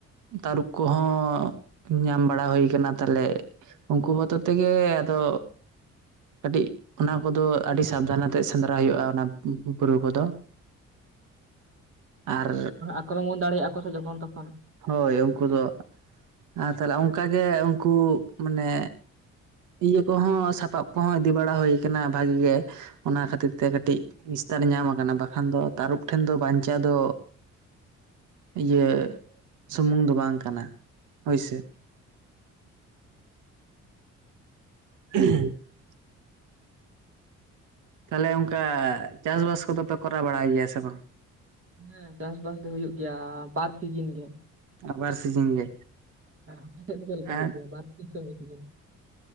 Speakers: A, on the right; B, on the right.
A: ᱛᱟᱹᱨᱩᱵ ᱠᱚᱦᱚᱸ ᱧᱟᱢ ᱵᱟᱲᱟ ᱦᱩᱭ ᱠᱟᱱᱟ᱾ ᱛᱟᱦᱞᱮ ᱩᱱᱠᱩ ᱵᱚᱛᱚᱨ ᱛᱮᱜᱮ ᱟᱫᱚ ᱠᱟᱹᱴᱤᱡ ᱚᱱᱟ ᱠᱚᱫᱚ ᱟᱹᱰᱤ ᱥᱟᱵᱫᱷᱟᱱ ᱟᱛᱮᱜ ᱥᱮᱸᱫᱽᱨᱟ ᱦᱳᱭᱳᱜᱼᱟ᱾ ᱚᱱᱟ ᱵᱩᱨᱩ ᱠᱚᱫᱚ ᱟᱨ
B: ᱟᱠᱨᱚᱢᱚᱱ ᱫᱟᱲᱮᱭᱟᱜᱼᱟ ᱠᱚ ᱥᱮ ᱡᱚᱠᱷᱚᱱ ᱛᱚᱠᱷᱚᱱ
A: ᱦᱳᱭ ᱩᱱᱠᱩ ᱫᱚ ᱟᱨ ᱛᱟᱦᱞᱮ ᱚᱱᱠᱟᱜᱮ ᱩᱱᱠᱩ ᱢᱟᱱᱮ ᱤᱭᱟᱹ ᱠᱚᱦᱚᱸ ᱥᱟᱯᱟᱵ ᱠᱚᱦᱚᱸ ᱤᱫᱤ ᱵᱟᱲᱟ ᱦᱳᱭ ᱠᱟᱱᱟ ᱵᱷᱟᱜᱤ ᱜᱮ ᱚᱱᱟ ᱠᱟᱛᱤᱛ ᱛᱮ ᱠᱟᱹᱴᱤᱜ ᱮᱛᱟᱨ ᱧᱟᱢ ᱟᱠᱟᱱᱟ ᱵᱟᱠᱷᱟᱱ ᱫᱚ ᱛᱟᱹᱨᱩᱯ ᱴᱷᱮᱱ ᱫᱚ ᱵᱟᱧᱪᱟᱣ ᱫᱚ ᱤᱭᱟᱹ ᱥᱩᱢᱩᱝ ᱫᱚ ᱵᱟᱝ ᱠᱟᱱᱟ᱾ ᱦᱳᱭ ᱥᱮ <unintelligible> ᱛᱟᱦᱞᱮ ᱚᱝᱠᱟ ᱪᱟᱥ ᱵᱟᱥ ᱠᱚᱫᱚ ᱯᱮ ᱠᱚᱨᱟᱣ ᱵᱟᱲᱟᱭ ᱜᱮᱭᱟ ᱥᱮ ᱵᱟᱝ?
B: ᱦᱮᱸ ᱪᱟᱥ ᱵᱟᱥ ᱫᱚ ᱦᱩᱭᱩᱜ ᱜᱮᱭᱟ ᱵᱟᱨ ᱥᱤᱡᱤᱱ ᱜᱮ᱾
A: ᱟᱵᱟᱨ‌ ᱥᱤᱡᱤᱱ ᱜᱮ
B: ᱦᱮᱸ ᱟᱯᱮ ᱴᱷᱮᱱ ᱪᱮᱫ ᱞᱮᱠᱟ ᱦᱩᱭᱩᱜ
A: ᱟᱨ
B: ᱜᱮᱭᱟ ᱵᱟᱨ ᱛᱤᱥ ᱥᱮ ᱢᱤᱫ ᱥᱤᱡᱤᱱ